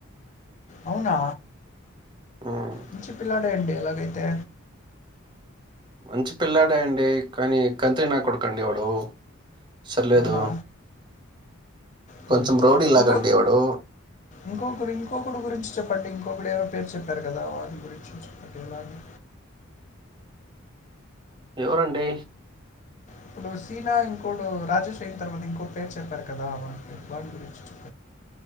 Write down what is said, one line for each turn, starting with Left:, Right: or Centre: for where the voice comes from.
Left: అవునా
Right: ఉమ్,
Left: మంచి పిల్లాడే అండి అలాగైతే
Right: మంచి పిల్లాడే అండి కానీ కంత్రి నా కొడుకండి వాడు సర్లేదు
Left: అవునా? హ్మ్.
Right: కొంచెం రౌడీ లాగండి
Left: ఇంకో
Right: వాడు
Left: ఇంకొకరు ఇంకొకడు గురించి చెప్పండి ఇంకొకడు ఏవో పేరు చెప్పారు కదా వాని గురించి చెప్పండి ఎలాని
Right: ఎవరండి
Left: ఇప్పుడు సీనా ఇంకోడు రాజేష్ అయిన తర్వాత ఇంకోటి పేరు చెప్పారు కదా వాన్ పేరు వాని గురించి చెప్పండి